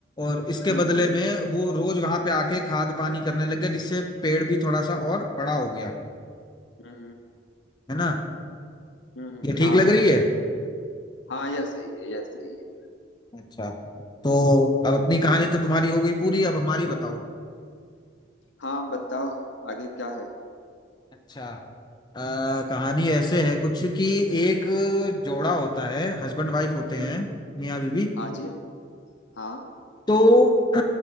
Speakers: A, on the left; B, on the left.
A: और इसके
B: हम्म
A: बदले
B: हम्म हम्म
A: में वो रोज वहां पे आके खाद पानी करने लग गया जिससे पेड़ भी थोड़ा सा और बड़ा हो गया
B: हम्म, हम्म,
A: है ना
B: हम्म, हम्म,
A: ये ठीक
B: हाँ
A: लग रही है
B: हाँ यह सही है यह सही है
A: अच्छा तो अब अपनी
B: हाँ
A: कहानी तो तुम्हारी हो गई पूरी अब हमारी बताओ
B: हाँ बताओ आगे क्या है
A: अच्छा आ, कहानी ऐसे है कुछ कि एक जोड़ा होता है हस्बैंड वाइफ होते हैं
B: हम्म
A: मियाँ बीवी
B: हाँ जी हाँ
A: तो <clears throat>